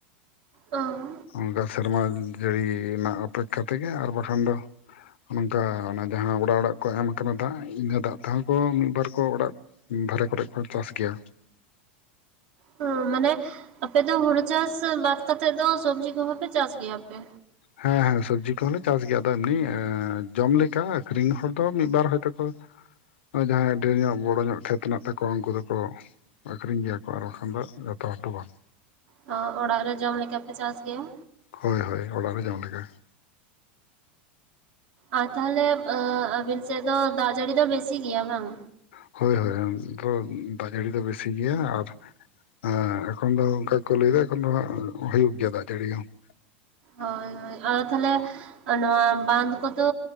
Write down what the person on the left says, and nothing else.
ᱚᱝᱠᱟ ᱥᱮᱨᱢᱟ ᱡᱟᱹᱲᱤ ᱱᱟᱜ ᱚᱯᱮᱠᱠᱷᱟ ᱛᱮᱜᱮ ᱟᱨ ᱵᱟᱠᱷᱟᱱ ᱫᱚ ᱱᱚᱝᱠᱟ ᱚᱱᱟ ᱡᱟᱦᱟᱸ ᱚᱲᱟᱜ ᱚᱲᱟᱜ ᱠᱚ ᱮᱢ ᱠᱟᱱᱟ ᱫᱟᱜ ᱤᱱᱟᱹ ᱫᱟᱜ ᱛᱮᱦᱚᱸ ᱠᱚ ᱢᱤᱜ ᱵᱟᱨ ᱠᱚ ᱚᱲᱟᱜ ᱫᱷᱟᱨᱮ ᱠᱚᱨᱮᱜ ᱠᱚ ᱪᱟᱥ ᱜᱮᱭᱟ ᱾
ᱦᱮᱸ ᱦᱮᱸ ᱥᱚᱵᱽᱡᱤ ᱠᱚᱦᱚᱸᱞᱮ ᱪᱟᱥ ᱜᱮᱭᱟ, ᱟᱫᱚ ᱮᱢᱱᱤ ᱮᱻ ᱡᱚᱢ ᱞᱮᱠᱟ ᱟᱠᱷᱨᱤᱧ ᱦᱚᱲ ᱫᱚ ᱢᱤᱫ ᱵᱟᱨ ᱦᱚᱭᱛᱳ ᱡᱟᱦᱟᱸᱭ ᱰᱷᱮᱨ ᱧᱚᱜ ᱵᱚᱲᱚ ᱧᱚᱜ ᱠᱷᱮᱛ ᱦᱮᱱᱟᱜ ᱛᱟᱠᱚᱣᱟ ᱩᱝᱠᱩ ᱫᱚᱠᱚ ᱟᱠᱷᱨᱤᱧ ᱜᱮᱭᱟ ᱠᱚ ᱟᱨ ᱵᱟᱠᱷᱟᱱ ᱫᱚ ᱡᱚᱛᱚ ᱦᱚᱲ ᱫᱚ ᱵᱟ ᱾
ᱦᱳᱭ, ᱦᱳᱭ, ᱚᱲᱟᱜ ᱨᱮ ᱡᱚᱢ ᱞᱮᱠᱟ ᱾
ᱦᱳᱭ ᱦᱳᱭ ᱦᱳᱭ, ᱱᱚᱛᱮ ᱫᱟᱜ ᱡᱟᱹᱲᱤ ᱫᱚ ᱵᱮᱥᱤ ᱜᱮᱭᱟ ᱟᱨ ᱟ ᱮᱠᱷᱚᱱ ᱫᱚ ᱚᱱᱠᱟ ᱜᱮᱠᱚ ᱞᱟᱹᱭ ᱫᱟ ᱮᱠᱷᱚᱱ ᱫᱚ ᱦᱟᱜ ᱦᱩᱭᱩᱜ ᱜᱮᱭᱟ ᱫᱟᱜ ᱡᱟᱹᱲᱤ ᱦᱚᱸ ᱾